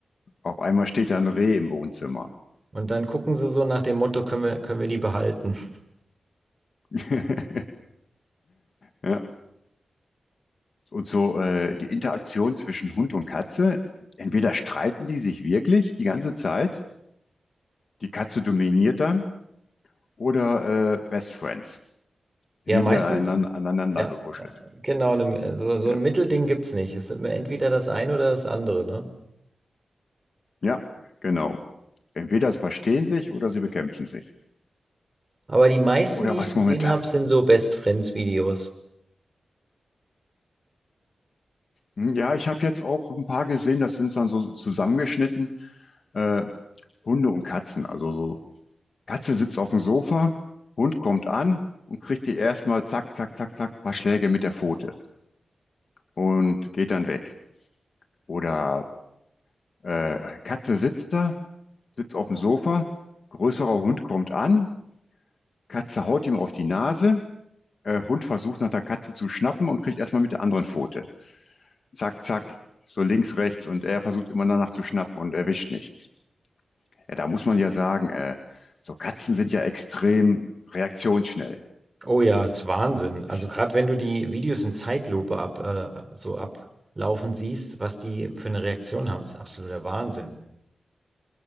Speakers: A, on the left; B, on the right.
A: Auf einmal steht da ein Reh im Wohnzimmer.
B: Und dann gucken sie so nach dem Motto, können wir, können wir die behalten?
A: <laughs> Ja, und so äh, die Interaktion zwischen Hund und Katze, entweder streiten die sich wirklich die ganze Zeit, die Katze dominiert dann, oder äh, Best Friends
B: Ja,
A: liegen
B: meistens,
A: dann aneinander, aneinander
B: ja,
A: gekuschelt.
B: ja, genau, ne, so, so
A: Ja.
B: ein Mittelding gibt es nicht. Es ist immer entweder das eine oder das andere, ne?
A: ja, genau. Entweder sie verstehen sich oder sie bekämpfen sich.
B: Aber die meisten,
A: Oder
B: die ich
A: was
B: gesehen
A: momentan.
B: habe, sind so Best Friends Videos.
A: Hm, Ja, ich habe jetzt auch ein paar gesehen, das sind dann so zusammengeschnitten, äh, Hunde und Katzen, also so Katze sitzt auf dem Sofa, Hund kommt an und kriegt die erstmal zack, zack, zack, zack, paar Schläge mit der Pfote und geht dann weg. Oder äh, Katze sitzt da, sitzt auf dem Sofa, größerer Hund kommt an, Katze haut ihm auf die Nase, äh, Hund versucht nach der Katze zu schnappen und kriegt erstmal mit der anderen Pfote. Zack, zack, so links, rechts und er versucht immer danach zu schnappen und erwischt nichts. Ja, da muss man ja sagen, äh, so Katzen sind ja extrem reaktionsschnell.
B: Oh ja, das ist Wahnsinn. Also
A: Ich,
B: gerade wenn du die Videos in Zeitlupe ab, äh, so ablaufen siehst, was die für eine Reaktion haben, ist absoluter Wahnsinn.